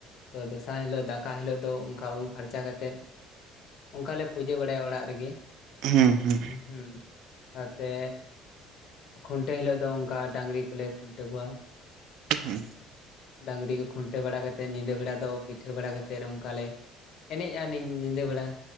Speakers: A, on the left; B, on the right.
A: ᱛᱚ ᱫᱚᱥᱟᱨ ᱦᱤᱞᱳᱜ ᱫᱟᱠᱟ ᱦᱤᱞᱳᱜ ᱫᱚ ᱚᱱᱠᱟ ᱩᱢ ᱯᱷᱟᱨᱪᱟ ᱠᱟᱛᱮᱫ᱾ ᱚᱱᱠᱟ ᱞᱮ ᱯᱩᱡᱟᱹ ᱵᱟᱲᱟᱭᱟ ᱚᱲᱟᱜ ᱨᱮᱜᱮ᱾
B: ᱦᱩᱸ ᱦᱩᱸ᱾
A: ᱦᱩᱸ᱾ ᱛᱮ ᱠᱷᱩᱱᱴᱟᱹᱣ ᱦᱤᱞᱟᱹᱜ ᱫᱚ ᱚᱱᱠᱟ ᱰᱟᱹᱟᱝᱨᱤ ᱠᱚᱞᱮ ᱠᱷᱩᱱᱴᱟᱹᱣ ᱠᱚᱣᱟ᱾
B: ᱦᱮᱸ᱾
A: ᱰᱟᱝᱨᱤ ᱠᱚ ᱠᱷᱩᱱᱴᱟᱹᱣ ᱵᱟᱲᱟ ᱠᱟᱛᱮᱫ ᱧᱤᱫᱟᱹ ᱵᱮᱲᱟ ᱫᱚ ᱯᱤᱴᱷᱟᱹ ᱵᱟᱲᱟ ᱠᱟᱛᱮᱫ ᱚᱱᱠᱟ ᱞᱮ ᱮᱱᱮᱡᱼᱟ ᱱᱤᱧ ᱧᱤᱫᱟᱹ ᱵᱮᱲᱟ᱾